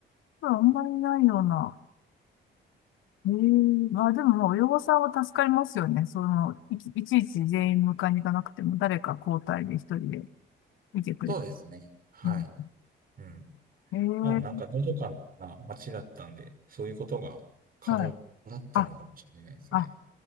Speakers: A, on the left; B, on the right.
A: これあんまりないような。ええまあでも、親御さんは助かりますよね。その、いち、いちいち全員迎えに行かなくても、誰か交代で一人で見てくれる。
B: そうですね。はい。
A: うん
B: うん。
A: ええ
B: まあ、なんか、のどかな街だったんで、そういうことが可能だったのかもしれないですね。
A: はい。あ、あ、